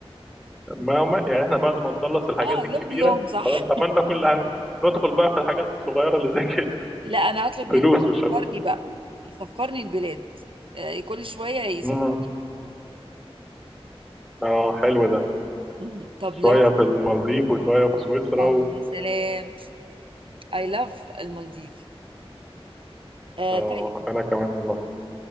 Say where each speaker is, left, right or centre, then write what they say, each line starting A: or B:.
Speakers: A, in the centre; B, on the right (about 60°).
A: ما ما- يعني احنا بعد ما نخلص الحاجات
B: آه
A: الكبيره
B: يوم بيوم صح
A: خلاص عملنا كل حاجه ندخل بقى في الحاجات الصغيره اللي زي كده <laughs>
B: لا أنا هطلب منه
A: فلوس وشغل
B: يسفرني بقى يسفرني البلاد آه كل شوية يسفرني
A: امم اه حلو ده
B: مم. طب
A: شويه
B: لو اخت-
A: في المالديف وشويه في سويسرا
B: آه
A: و...
B: يا سلام I love المالديف آه
A: اه
B: طيب
A: انا كمان والله